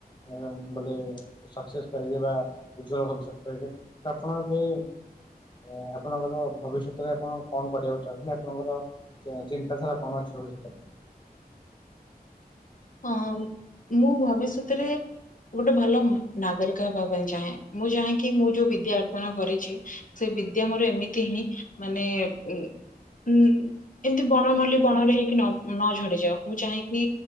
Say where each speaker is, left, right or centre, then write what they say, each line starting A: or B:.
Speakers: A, on the left (about 30°); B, on the left (about 55°).
A: ଉଁ ବୋଲେ ସକ୍ସେସ୍ ପାଇବେ ବା ଉଜ୍ଜଳ ଭବିଷ୍ୟତ ପାଇବେ। ତ ଆପଣ ଏବେ ଏ ଆପଣଙ୍କର ଭବିଷ୍ୟତରେ ଆପଣ କଣ କରିବାକୁ ଚାହୁଁଛନ୍ତି? ଆପଣଙ୍କର ଚିନ୍ତାଧାରା କଣ ଅଛି। <unintelligible>
B: ହଁ ମୁଁ ଭବିଷ୍ୟତରେ ଗୋଟେ ଭଲ ନାଗରିକ ହେବା ପାଇଁ ଚାହେଁ। ମୁଁ ଚାହେଁକି ମୁଁ ଯୋଉ ବିଦ୍ୟା ଅର୍ଜନ କରିଛି ସେ ବିଦ୍ୟା ମୋର ଏମିତି ହିଁ ମାନେ ଉ ଉଁ ଏମତି ବଣ ମଲି ବଣରେ ହେଇକି ନ ନ ଝଡିଯାଉ। ମୁଁ ଚାହିଁକି